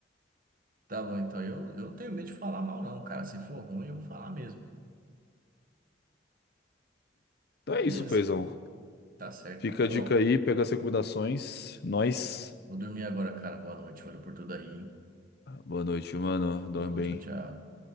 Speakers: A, on the right; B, on the left.
A: Tá bom, então eu, eu não tenho medo de falar mal, não, cara. Se for ruim, eu vou falar mesmo,
B: Então
A: beleza?
B: é isso, Feizão.
A: Tá certo,
B: Fica
A: então, Carol.
B: a dica aí, pega as recomendações. Nós.
A: Vou dormir agora, cara. Boa noite. Valeu por tudo aí.
B: Ah, Boa noite, mano.
A: Falou,
B: Dorme bem.
A: tchau, tchau.